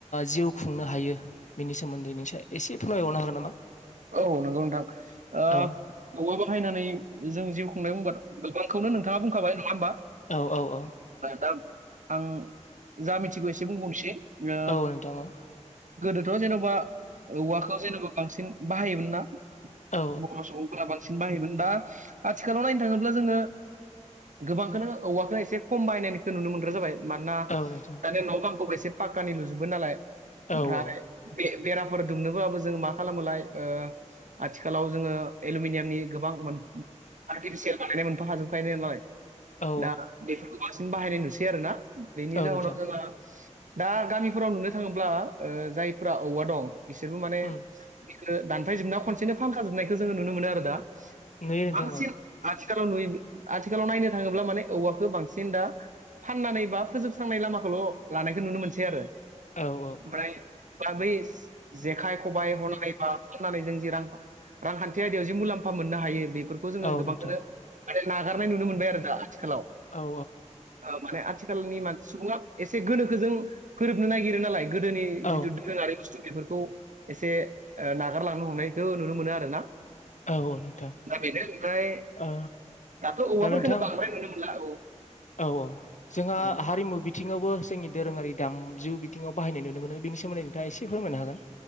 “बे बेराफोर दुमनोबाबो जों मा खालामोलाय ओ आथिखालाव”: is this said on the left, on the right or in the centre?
Right